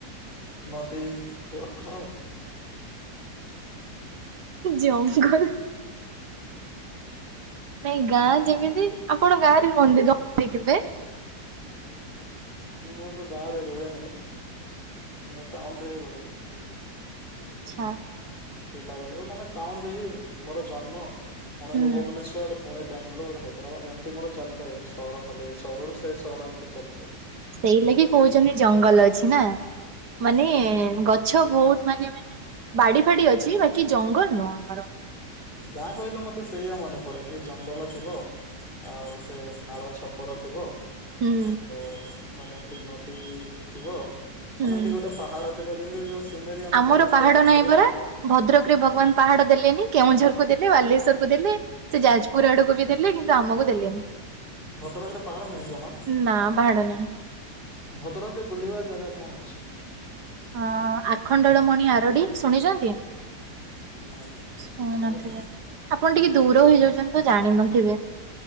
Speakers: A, on the left; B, on the right.
A: ନଦୀ ରଖ।
B: ଯଙ୍ଗଲ। ନାଇଁ ଗାଁ ଯେମିତି ଆପଣ ଗାଁରେ ରୁହନ୍ତି ତ କେବେ କେବେ?
A: ମୁଁ ତ ଗାଁ ରେ ରୁହେନିଁ ମୁଁ ଟାଉନ ରେ ହିଁ ରୁହେ।
B: <inaudible>
A: ପିଲା ବେଳକୁ ମାନେ ଟାଉନ ରେ ହିଁ ମୋର ଜନ୍ମ ପୁଣି
B: ହୁଁ
A: ମୁଁ ଭୁବନେଶ୍ଵର ପୁଣି ବାଙ୍ଗାଲୋର ହାଇଦ୍ରାବାଦ ଏମିତି ମୋର ଚାଲିଥାଏ ସହର ଖାଲି ସହରରୁ ସେ ସହର ଏମିତି ଚାଲିଥାଏ।
B: ସେଇ ଲାଗି କହୁଛନ୍ତି ଜଙ୍ଗଲ ଅଛି ନା ମାନେ
A: ହଁ
B: ଗଛ ମିଛ ବହୁତ ମାନେ ମାନେ ବାଡି ଫାଡି ଅଛି ବାକି ଜଙ୍ଗଲ ନୁହଁ ଆମର।
A: ଗାଁ କହିଲେ ମତେ ସେଇଆ ମନେ ପଡେ କି ଜଙ୍ଗଲ ଥିବ ଆଉ ସେ ନାଳ ଛପ ଉପର ଥିବ
B: ହୁଁ
A: ଆଉ ମାନେ ଏମତି ନଦୀ ଥିବ ମାନେମିତି
B: ହୁଁ
A: ଗୋଟେ ପାହାଡ ଥିବ ଯେମିତି ଯୋଉ ସିନେରୀ ଆମେ
B: ଆମର
A: ବନଉଥିଲେ
B: ପାହାଡ
A: ଡ୍ରଇଂ
B: ନାହିଁ
A: ରେ
B: ପରା ଭଦ୍ରକରେ ଭଗବାନ ପାହାଡ ଦେଲେନି କେଉଁଝର କ ଦେଲେ ବାଲେଶ୍ୱର କୁ ଦେଲେ ସେ ଯାଜପୁର ଆଡକୁ ବି ଦେଲେ କିନ୍ତୁ ଆମକୁ ଦେଲେନି।
A: ଭଦ୍ରକରେ ପାହାଡ ନାହିଁ ଜମା?
B: ନା ପାହାଡ ନାହିଁ
A: ଭଦ୍ରକ ରେ ବୁଲିବା ଜାଗା କଣ ଅଛି?
B: ଅ ଆଖଣ୍ଡଳମଣି ଆରଡି ଶୁଣିଛନ୍ତି?
A: ନାଇଁ
B: ଶୁଣି
A: ଶୁଣିନି।
B: ନଥିବେ ଆପଣ ଟିକେ ଦୂର ହେଇଯାଉଛନ୍ତି ତ ଜାଣିନଥିବେ